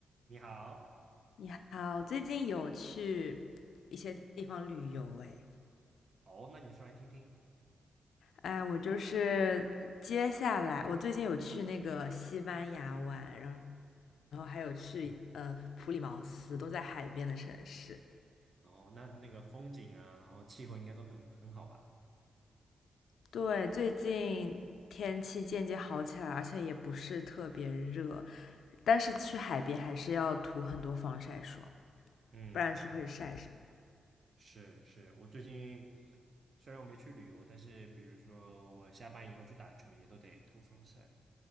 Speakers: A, on the right; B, on the left.
A: 你好，
B: 你好，最近有去一些地方旅游哎，
A: 哦，那你说来听听。
B: 哎，我就是接下来，我最近有去那个西班牙玩，然后然后还有去呃普里茅斯，都在海边的城市。
A: 哦，那那个风景啊，然后气候应该都很很好吧？
B: 对，最近天气渐渐好起来，而且也不是特别热，但是去海边还是要涂很多防晒霜，
A: 嗯，
B: 不然是会晒伤。
A: 是是，我最近虽然我没去旅游，但是比如说我下班以后去打球，也都得涂防晒，